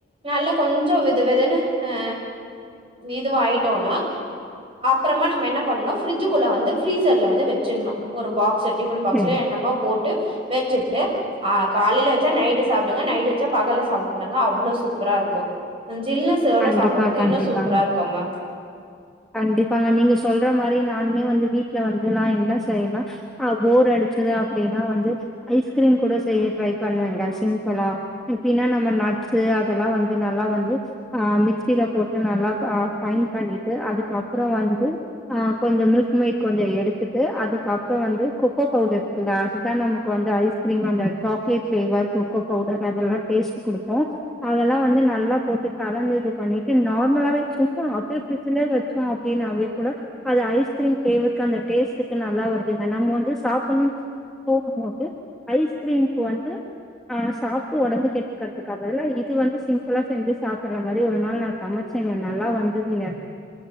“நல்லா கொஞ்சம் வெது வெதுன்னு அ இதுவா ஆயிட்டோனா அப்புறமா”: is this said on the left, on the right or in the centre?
Right